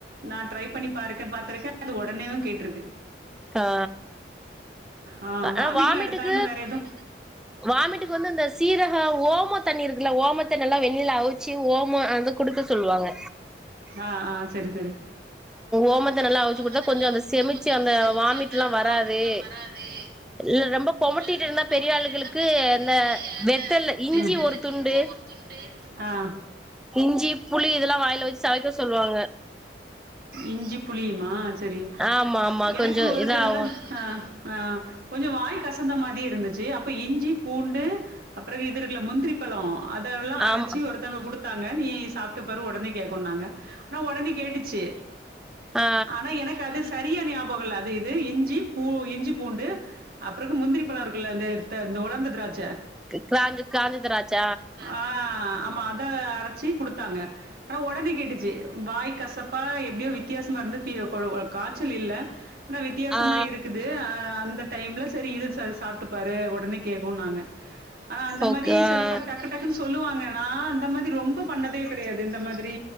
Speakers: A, on the right; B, in the centre.
A: நா ட்ரை பண்ணி பாருக்க பாத்துருக்கே அது ஒடனேயு கேட்ருக்கு
B: ஆ
A: ஆ
B: ஆனா
A: வாமிட்ல்லா
B: வாமிட்டுக்கு
A: எடுத்தாங்கன்னா வேற எதுவு
B: வாமிட்டுக்கு வந்து இந்த சீரக ஓம தண்ணி இருக்குல்ல ஓமத்தண்ணி எல்லா வெண்ணில அவிச்சு ஓம அது குடு க்க சொல்லுவாங்க
A: ஆ ஆ சரி சரி
B: ஓமத்த
A: ம்
B: நல்லா அவிச்சு
A: ஓமத்த
B: குடுத்தா கொஞ்சோ
A: நல்ல அவிச்சு
B: அந்த
A: குடுத்தா
B: செமிச்சு
A: கொஞ்ச அந்த செமிச்சு
B: வாமிட்லா
A: அந்த
B: வராது
A: வாமிட்ல்லா வராது
B: இல்ல ரொம்ப கொமட்டிட்டு
A: இல் ரொம்ப
B: இருந்தா
A: கொமட்டிட்டு
B: பெரிய ஆளுகளுக்கு
A: இருந்தா பெரிய ஆளுகளுக்கு
B: அந்த
A: அந்த
B: வெத்தல்ல இஞ்சி
A: வெத்தல்ல
B: ஒரு துண்டு
A: இஞ்சி ஒரு துண்டு ஆ
B: இஞ்சி புளி இதெல்லா வாயில வச்சு சவைக்க சொல்லுவாங்க
A: இஞ்சி புளியுமா சரி
B: ஆமா ஆமா
A: எனக்கு
B: கொஞ்சோ
A: ஒருதுறதசவ
B: இதாவு
A: ஆ அ கொஞ்ச வாய் கசந்த மாரி இருந்துச்சி அப்ப இஞ்சி பூண்டு அப்புற இது இருக்குல முந்திரி பழோ அதெல்லா அரச்சி
B: ஆமா
A: ஒருத்தங்க குடுத்தாங்க நீ சாப்ட்டு பாரு ஒடனே கேக்குன்னாங்க ஆனா ஒடனே கேட்டுச்சி
B: ஆ
A: ஆனா எனக்கு அது சரிய ஞாபகோ இல்ல அது இது இஞ்சி பூ இஞ்சி பூண்டு அப்புறகு முந்திரி பழோ இருக்குல்ல இந்த த இந்த உலர்ந்த திராட்ச
B: கிராஞ்சி காஞ்சி திராச்ச
A: ஆ ஆமா அத அரச்சி குடுத்தாங்க ஆனா ஒடனே கேட்டுச்சி வாய் கசப் அப்ப எப்டியோ வித்யாசமா இருந்து கீ ப ஒ காச்சல் இல்ல ஆனால் வித்தியாசமா
B: ஆ
A: இருக்குது அந்த டைம்ல செரி இது சாப்பிட்டு பாாரு ஒடனே கே்குனாங்க ஆனா அந்த
B: ஓகே
A: மாதி சில
B: ஆ
A: பேர் டக்கு டக்குன் சொல்லுவாங்க நா அந்த மாரி ரொம்ப பண்ணதே கெடையாது இந்த மாதிரி